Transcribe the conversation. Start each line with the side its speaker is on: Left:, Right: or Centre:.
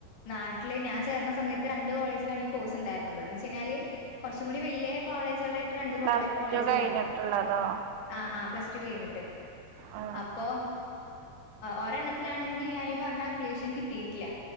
Left: നാട്ടില് ഞാൻ ചേരണ സമയത്ത് രണ്ട് കോളജിലാണ് കോഴ്സ്ണ്ടായി ന്നതന്നെ ച്ച്ക്കഴിഞ്ഞാല് കുറച്ചും കൂടി വലിയ കോളേജുകളായി രണ്ട്
Right: പ്ലസ്
Left: കോളേ കോളേജ്
Right: ടു കഴിഞ്ഞിട്ടുള്ളതോ
Left: ഉണ്ടായിരുന്നത് ആ ആ പ്ലസ് ടു കഴിഞ്ഞിട്ട്
Right: ആ
Left: അപ്പോ ഒരെണ്ണത്തിലാണെങ്കി ഞാനീ പറഞ്ഞ അഫിലിയെഷൻ കിട്ടിയിട്ടില്ല